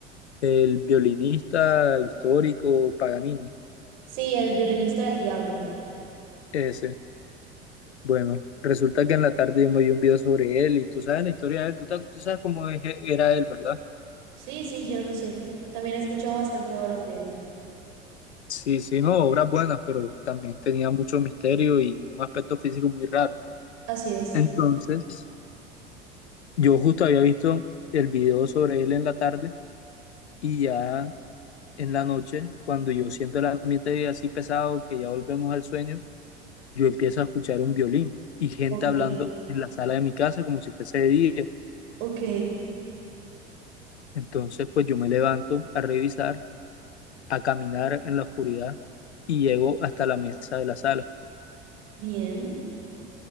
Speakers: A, on the left (about 70°); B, on the right (about 55°).
A: el violinista histórico Paganini?
B: Sí, el violinista del diablo.
A: Ese. Bueno, resulta que en la tarde yo me vi un video sobre él y tú sabes la historia de él, tú, ta- tú sabes cómo es- era él, ¿verdad?
B: Sí, sí, yo lo sé. También he escuchado bastante horas de él.
A: Sí, sí, no, obras buenas, pero también tenía mucho misterio y un aspecto físico muy raro.
B: Así es.
A: Entonces, yo justo había visto el video sobre él en la tarde y ya en la noche, cuando yo siento el ambiente así pesado, que ya volvemos al sueño, yo empiezo a escuchar un violín y gente
B: Ok.
A: hablando en la sala de mi casa como si fuese de día.
B: Ok.
A: Entonces, pues yo me levanto a revisar, a caminar en la oscuridad y llego hasta la mesa de la sala.
B: Bien.